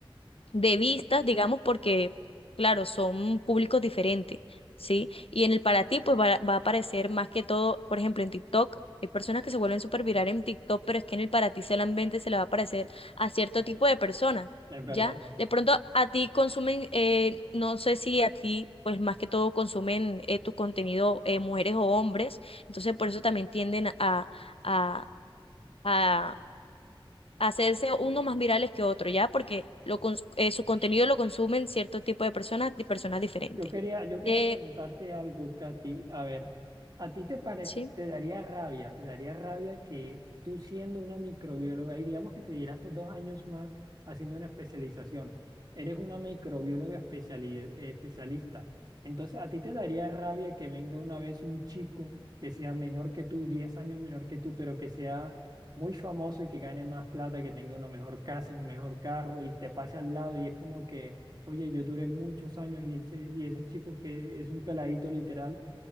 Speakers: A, on the left (about 80°); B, on the right (about 40°).
A: de vistas, digamos, porque, claro, son públicos diferentes, ¿sí? Y en el para ti, pues va, va a aparecer más que todo, por ejemplo, en TikTok. Hay personas que se vuelven súper virales en TikTok, pero es que en el para ti solamente se le va a aparecer a cierto tipo de personas,
B: Es verdad.
A: ¿ya? De pronto a ti consumen, eh, no sé si a ti, pues más que todo consumen eh, tu contenido eh, mujeres o hombres, entonces por eso también tienden a, a, a hacerse uno más virales que otro, ¿ya? Porque lo, cons- eh, su contenido lo consumen cierto tipo de personas y personas diferentes.
B: Yo quería, yo quería
A: Eh,
B: preguntarte algo, Katy. A ver, ¿a ti te parece,
A: sí,
B: te daría rabia, te daría rabia que tú siendo una microbióloga, y digamos que te diraste dos años más haciendo una especialización, eres una microbióloga especiali- eh, especialista. Entonces, ¿a ti te daría rabia que venga una vez un chico que sea menor que tú, 10 años menor que tú, pero que sea muy famoso y que gane más plata, que tenga una mejor casa, un mejor carro y te pase al lado y es como que... Oye, yo duré muchos años y, ese- y ese chico que es un peladito literal